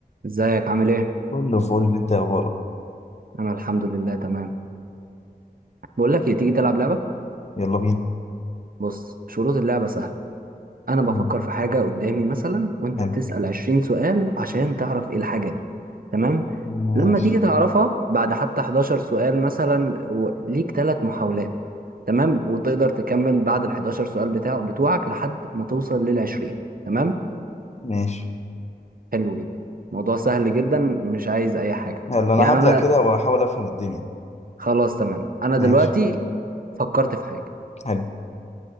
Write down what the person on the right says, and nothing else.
ازيك عامل ايه
انا الحمد لله تمام بقول لك ايه تيجي تلعب لعبه
بص شروط اللعبه سهله انا بفكر
في حاجه قدامي مثلا وانت
بتسال 20 سؤال عشان تعرف ايه الحاجه دي تمام
لما تيجي تعرفها بعد حتى 11 سؤال مثلا وليك ثلاث محاولات تمام وتقدر تكمل بعد ال 11 سؤال بتاعه بتوعك لحد ما توصل لل 20 تمام
حلو جدا موضوع سهل جدا مش عايز اي حاجه
يعني
انا
خلاص تمام انا
دلوقتي فكرت في حاجه